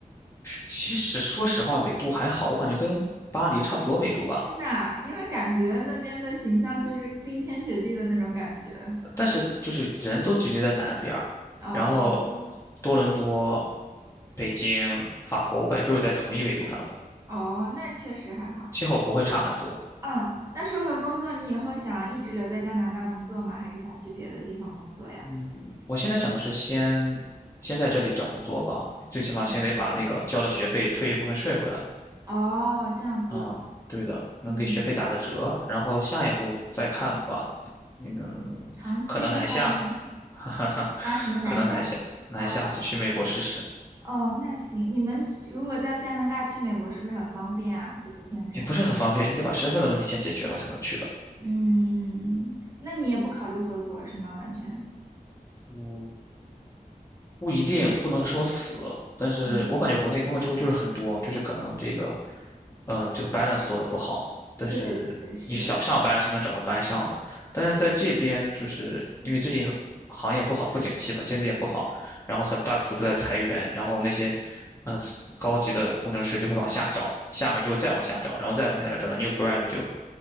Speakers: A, on the left; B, on the right.
A: 其实说实话，纬度还好，我感觉跟巴黎差不多纬度吧。
B: <laughs> 真的啊因为感觉那边的形象就是冰天雪地的那种感觉。
A: 但是就是人都聚集在南边儿然后
B: 哦
A: 多伦多、北京、法国，我感觉都是在同一纬度上的，
B: 哦，那确实还好。
A: 气候不会差很多。
B: 嗯，那说回工作，你以后想一直留在加拿大工作吗？还是想去别的地方工作呀？
A: 嗯，我现在想的是先先在这里找工作吧，最起码先得把那个交的学费退一部分税回来。
B: 嗯哦，这样子，
A: 啊，对的，能给学费打个折，
B: 嗯
A: 然后下一步再看吧。嗯，
B: 嗯，长期的话呢，
A: 可能南下，<laughs> 哈哈可能南下，
B: 啊，什么南下？
A: 南下就去美国试试，
B: 哦哦，那行，你们去如果在加拿大去美国，是不是很方便啊？这个签证，
A: 也不是很方便，你得把身份的问题先解决了才能去的。
B: 嗯，那你也不考虑回国是吗？完全，
A: 嗯。不一定不能说死，但是我感觉国内工作机会就是很多，
B: 嗯，
A: 就是可能这个，嗯，这个 balance 做的不好，但是你想上班是能找到班上的，
B: 对对对，是的，
A: 但是在这边就是因为最近很行业不好，不景气嘛，经济也不好，然后很大程度在裁员，然后那些，嗯、高级的工程师就会往下找，下面就会再往下找，然后再往下找，找到 new grad 就